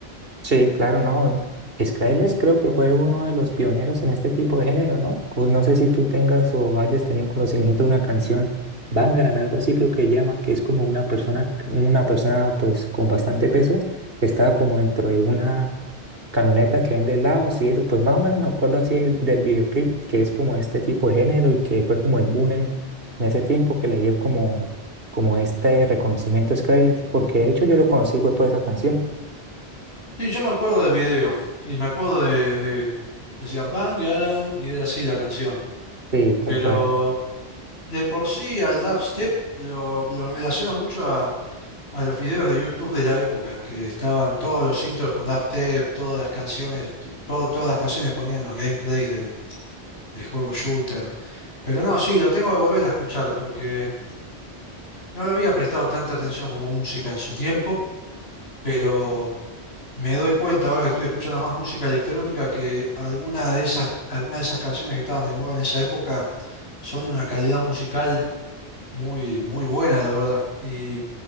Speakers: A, on the right; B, on the left.
A: Sí, claro, no. Skrillex creo que fue uno de los pioneros en este tipo de género, ¿no? Pues no sé si tú tengas o hayas tenido conocimiento de una canción, Bangaran, algo así creo que llama, que es como una persona, una persona pues con bastante peso, que estaba como dentro de una camioneta que vende helados y eso, pues más o menos me acuerdo así del videoclip, que es como este tipo de género y que fue como el boom en, en ese tiempo que le dio como, como este reconocimiento a Skrillex, porque de hecho yo lo conocí fue por esa canción.
B: Sí, yo me acuerdo del video, y me acuerdo de, de decía Bangaran, y era así la canción.
A: Sí, tal
B: Pero
A: cual.
B: de por sí al dubstep lo, lo relaciono mucho a a los videos de YouTube de la época, que estaban todos los intros con dubstep, todas las canciones, t- to- todas las canciones que ponían en los gameplays de, de juego shooter. Pero no, sí, lo tengo que volver a escuchar porque no le había prestado tanta atención como música en su tiempo, pero me doy cuenta ahora que estoy escuchando más música electrónica que alguna de esas, alguna de esas canciones que estaban de moda en esa época son de una calidad musical muy, muy buena, la verdad. y